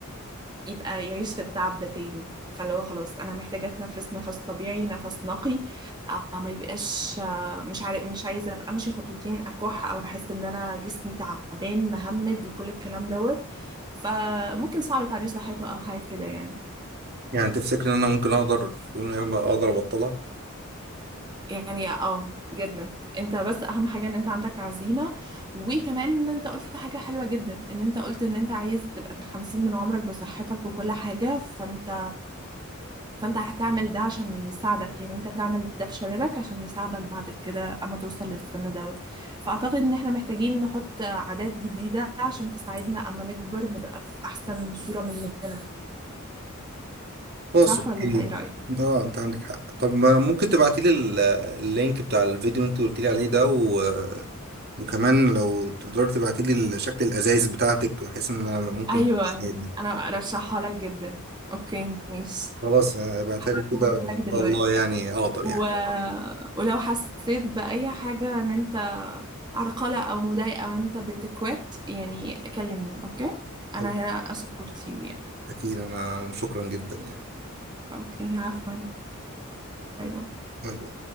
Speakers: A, on the right; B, on the right.
A: يبقى يعيش في التعب ده تاني فاللي هو خلاص انا محتاجه اتنفس نفس طبيعي نفس نقي آه ما يبقاش آه مش عارف مش عايزه ابقى امشي خطوتين اكح او احس ان انا جسمي تعبان مهمد وكل الكلام دوت فممكن صعب تعديل صحته او حاجه كده يعني
B: يعني تفتكر ان انا ممكن اقدر في يوم من الايام أبقى اقدر ابطلها
A: يعني اه جدا انت بس اهم حاجه ان انت عندك عزيمه وكمان ان انت قلت حاجه حلوه جدا ان انت قلت ان انت عايز تبقى في الخمسين من عمرك بصحتك وكل حاجه فانت فانت هتعمل ده عشان يساعدك يعني انت تعمل ده في شبابك عشان يساعدك بعد كده اما توصل للسن دوت فاعتقد ان احنا محتاجين نحط عادات جديدة عشان تساعدنا اما نكبر نبقى في احسن صورة مننا
B: خلاص
A: صح
B: اوكي
A: ولا انت ايه رأيك
B: اه انت عندك حق طب ما ممكن تبعتي لي اللينك بتاع الفيديو اللي انت قلت لي عليه ده و... وكمان لو تقدري تبعتي لي شكل الازايز بتاعتك بحيث ان انا ممكن
A: ايوه
B: تساعدني
A: انا ارشحها لك جدا اوكي ماشي
B: خلاص آه، ابعتها
A: هبعتهم
B: لي كده وان
A: لك دلوقتي
B: شاء الله يعني اقدر
A: و...
B: يعني
A: ولو حسيت بأي حاجة ان انت عرقلة او مضايقة وانت بتكوت يعني كلمني اوكي
B: خلاص
A: انا هنا اسبورت يو يعني.
B: اكيد انا شكرا جدا يعني
A: اوكي عفوا باي باي
B: باي باي